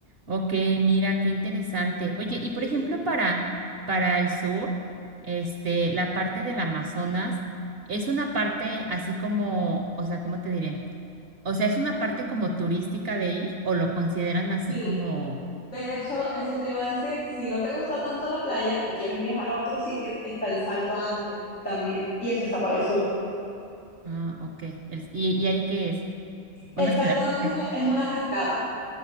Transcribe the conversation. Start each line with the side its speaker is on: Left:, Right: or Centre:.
Right: ok, mira, qué interesante. Oye, y
Left: Sí,
Right: por ejemplo, para, para el sur, este, la parte del Amazonas es una parte así como, o sea, ¿cómo te diré? O sea, ¿es una parte como turística de ir o lo consideran así
Left: sí.
Right: como,
Left: De hecho, eso te iba a decir, si no te gusta tanto la playa y quieres viajar a otro sitio, está el Salto Ángel también, y eso está para el sur.
Right: ah, ok, el- y, y ahí qué es? ¿Una
Left: El
Right: ciudad
Left: Salto Ángel
Right: o qué?
Left: es una cascada,